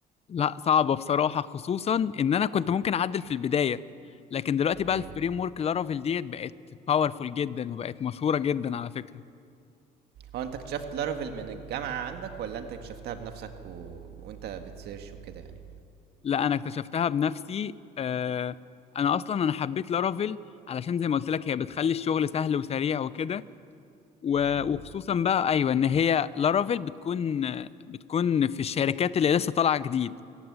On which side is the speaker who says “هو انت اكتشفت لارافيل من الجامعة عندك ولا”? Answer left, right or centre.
Right